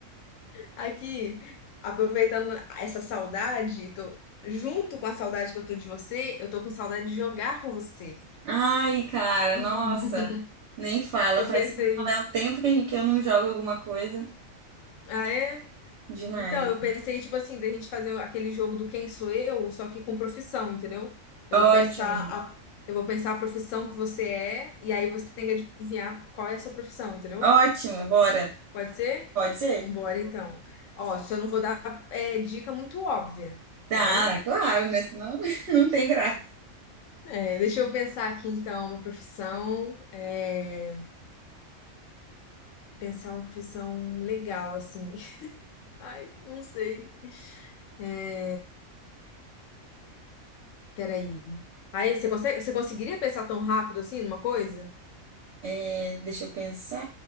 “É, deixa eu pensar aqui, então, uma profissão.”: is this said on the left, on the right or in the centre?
Left